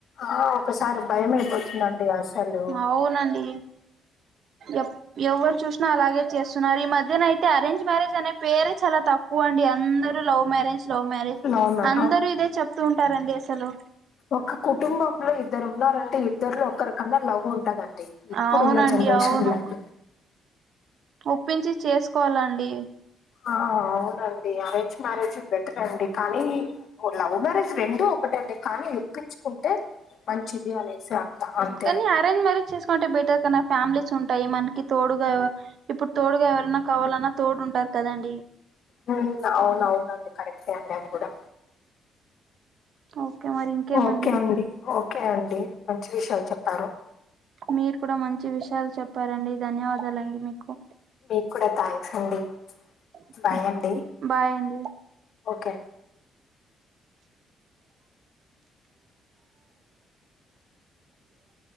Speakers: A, on the left (about 65°); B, on the right (about 65°).
A: ఆ ఒకసారి భయం అయిపోతుందండి అసలు
B: అవునండి ఎప్ ఎవ్వరు చూసినా అలాగే చేస్తున్నారు ఈ మధ్యనై మ్యారేజ్ అనే పేరే చాలా తక్ కువ అండి అందరూ love marriage love marriage
A: love మ్యా
B: అందరూ ఇదే చెప్తూ ఉంటారండి అసలు
A: ఒక్క కుటుంబంలో ఇద్దరు ఉన్నారంటే ఇద్దరులో ఒక్కరికన్నా లవ్ ఉం టది అండి ఇప్పుడున్న
B: అవునండి
A: జనరేషన్లో
B: అవును
A: అయితే
B: ఒప్పించి చేసుకోవాలండి
A: ఆ అవునండి అరేంజ్ మ్యారేజ్ బెటర్ అండి కానీ లవ్ మ్యారేజ్ రెండు ఒకటే అండి కానీ ఒప్పించుకుంటే మంచి ది అనేసి అంత అంతే
B: కానీ
A: అండి
B: అరేంజ్ మ్యారేజ్ చేసుకుంటే బెటర్ కానీ ఫ్యామిలీస్ ఉంటాయి మనకి తోడుగా ఇప్పుడు తోడుగా ఎవరన్నా కావాలన్నా తోడు ఉంటారు కదండి
A: హ్మ్ అవును అవునుండి కరక్టే అండి అది కూడా
B: ఓకే మరి ఇంకేమండి
A: ఓకే అండి ఓకే అండి మంచి విషయాలు చెప్పారు
B: మీరు కూడా మంచి విషయాలు చెప్పారండి ధన్యవాదాలండి మీకు
A: మీక్కూడా థ్యాంక్స్ అండి
B: ఓకే
A: బాయ్ అండి
B: బాయ్ అండి
A: ఓకే అ